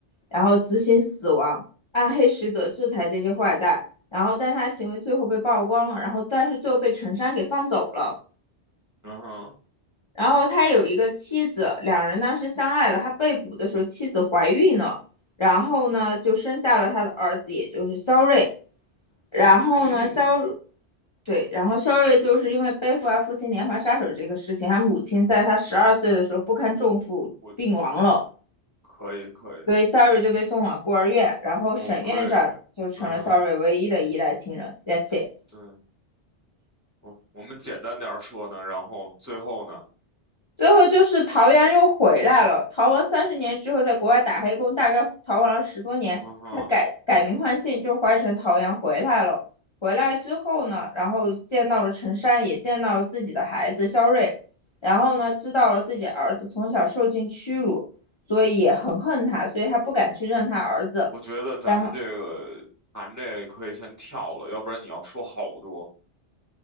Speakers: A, on the left; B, on the right.
A: 然后执行死亡，暗黑使者制裁这些坏蛋。然后，但是他行为最后被曝光了，然后但是最后被陈山给放走了。
B: 嗯哼，
A: 然后他有一个妻子，两人当时相爱了。他被捕的时候，妻子怀孕了，然后呢就生下了他的儿子，也就是肖瑞。然后呢，
B: 咦，
A: 肖，对，然后肖瑞就是因为背负了父亲连环杀手这个事情，他母亲在他十二岁的时候不堪重负病亡了，
B: 我可以可以，
A: 所以肖瑞就被送往孤儿院，然后沈院长就成了肖瑞唯一的依赖亲人。
B: 我们可以，嗯哼，
A: That's it。
B: 对，我我们简单点儿说呢，然后最后呢，
A: 最后就是陶阳又回来了。逃亡三十年之后，在国外打黑工，大概逃亡了十多年，
B: 嗯哼，
A: 他改改名换姓，就是换成陶阳回来了。回来之后呢，然后见到了陈山，也见到了自己的孩子肖瑞，然后呢，知道了自己儿子从小受尽屈辱，所以也很恨他，所以他不敢去认他儿子。
B: 我觉得咱们这个谈这个可以先跳了，
A: 然后
B: 要不然你要说好多，